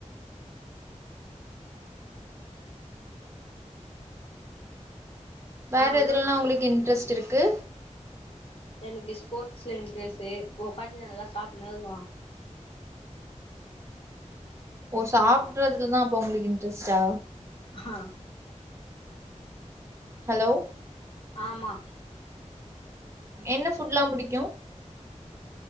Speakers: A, on the right; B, on the left.
A: வேற
B: ஆ ஹலோ
A: இதுலல்லாம் உங்களுக்கு இன்டரஸ்ட் இருக்கு
B: என்னக்கு சி ஸ்போர்ட்ஸ்ல இன்ட்ரெஸ்ட்டு உகார்ந்து நல்லா சாப்பிடனதுவான்
A: ஓ சாப்பிடுறதுலதான் அப்போ உங்களுக்கு இன்ட்ரெஸ்டா
B: ஆஹ்
A: ஹலோ
B: ஆமா
A: என்ன ஃபுட்ல்லாம் புடிக்கும்